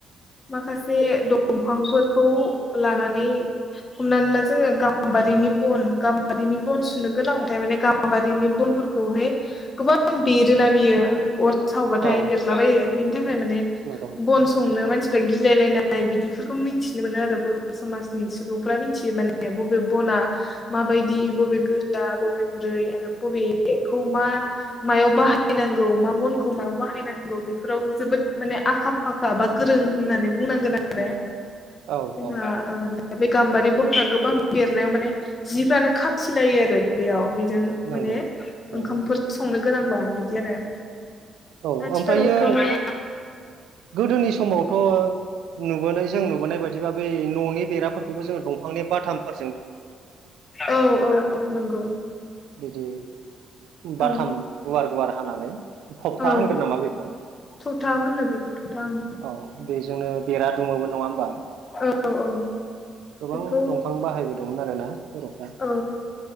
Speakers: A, on the left; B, on the right.
A: माखासे दंफांफोरखौ लानानै हमनानै ला जोङो गाम बारिनि बन गामबारिनि बन सुनो गोनांबाथाय माने गाम्बारिनि बनफोर खौहाय गोबां बेरोना बियो सावबाथाय
B: औ
A: बेरलाबायो बिनि थाखाय माने
B: नंगौ
A: बन संनो मानसि गिलायलायनाय बिदिफोरखौ मिथिनो मोनो आरो बर' समाजनि सुबुंफ्रा मिथियो माने बबे बना बा माबायदि बबे गोरा बबे गुरै आरो बबे खौ मा मायाव बाहायनांगौ मा बनखौ मायाव बाहायनांगौ बेफोराव जोबोद माने आखा फाखा बा गोरों होननानै बुंनांगोन आरो।
B: औ
A: जोंहा
B: औ
A: ओ बे गामबारि बनफोरा गोबां बेरनायाव माने जिफ्रानो खामसिलायो आरो बेयाव बेजों माने
B: नंगौ नंगौ
A: ओंखामफोर संनो गोनांबा बिदि आरो।
B: औ
A: आथिखालावथ'
B: ओमफ्रायो गोदोनि स समावथ' नुबोनाय जों नुबोनाय बायदिबा बै न'नि बेराफोरखौबो जोङो दंफांनि बाथामफोर
A: औ औ नंगौ।
B: बिदि बाथाम
A: औ
B: गुवार गुवार हानानै थबथा
A: औ
B: होनगोन नामा बेखौ
A: थथा होनो बेखौ थथा ओं
B: औ बेजोंनो बेरा दुमोमोन नङा होमबा?
A: औ औ
B: गोबां
A: बेखौ
B: दंफां बाहायबोदोंमोन आरो ना बर'फ्रा।
A: औ